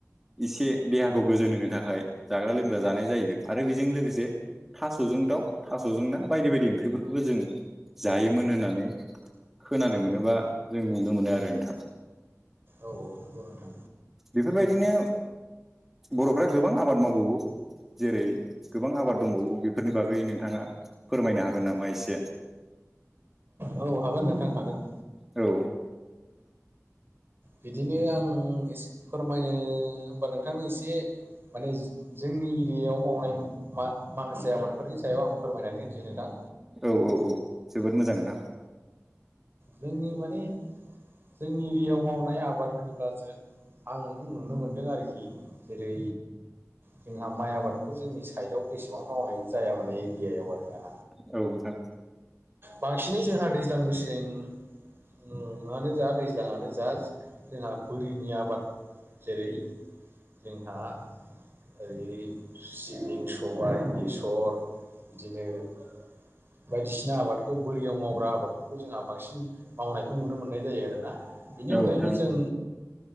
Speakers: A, in the centre; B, on the right.
A: इसे देहाखौ गोजोन होनो थाखाय जाग्रा लोंग्रा जानाय जायो आरो बिजों लोगोसे थास'जों दाउ थास'जों ना बायदि बायदि ओंख्रिफोरखौबो जों जायोमोन होननानै खोनानो मोनोबा जों नुनो मोनो आरो नोंथां।
B: औ औ नोंगौ नोंथा।
A: बेफोरबायदिनो बर'फ्रा गोबां आबाद मावबावो जेरै गोबां आबाद दंबावो बेफोरनि बागै नोंथांङा फोरमायनो हागोन नामा एसे?
B: औ हागोन नोंथां हागोन।
A: औ
B: बिदिनो आं एसे फोरमायनो हबा नोंथांनो एसे माने जोंनि एरियायाव मावनाय माखासे आबादफोरनि सायाव आं फोरमायनानै होनोसै नोंथां।
A: औ औ औ जोबोद मोजां नोंथां
B: जोंनि माने जोंनि एरियायाव मावनाय आबाद होनोब्लासो आं नुनो मोनदों आरोखि जेरै जोंहा माइ आबादखौ जोंनि साइडआव बेसेबां मावनायबो जाया माने एरियायाव आरोना
A: औ नोंथां
B: बांसिनै जोंहा दैज्लां मेसें मुंङानो जा दैज्लाांनो जा जोंहा बोरिनि आबाद जेरै जोंहा ओरै सिबिं सबाय बेसर बिदिनो बायदिसिना आबादखौ बोरियाव मावग्रा आबादफोरखौ जोंहा बांसिन मावनायखौ नुनो मोननाय जायो आरोना बिनि
A: औ
B: अनगायैबो
A: नोंथां
B: जों